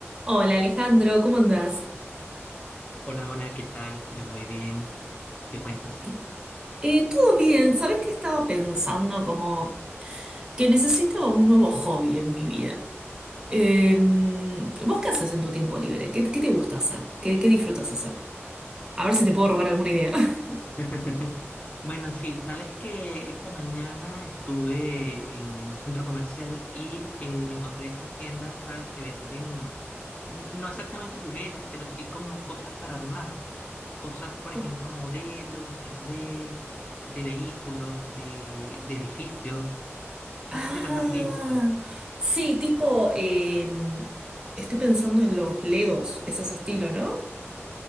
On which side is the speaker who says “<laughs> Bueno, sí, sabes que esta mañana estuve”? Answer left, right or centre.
Left